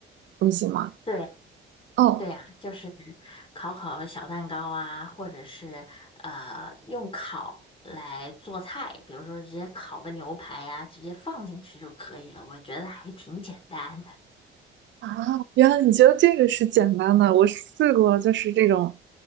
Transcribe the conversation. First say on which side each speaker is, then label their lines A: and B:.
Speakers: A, on the right; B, on the left.
A: 东西吗？
B: 对
A: 哦，
B: 对呀，就是烤烤小蛋糕啊，或者是呃用烤来做菜，比如说直接烤个牛排呀、直接放进去就可以了。我觉得还挺简单的。
A: 啊，原来你觉得这个是简单的。我试过，就是这种，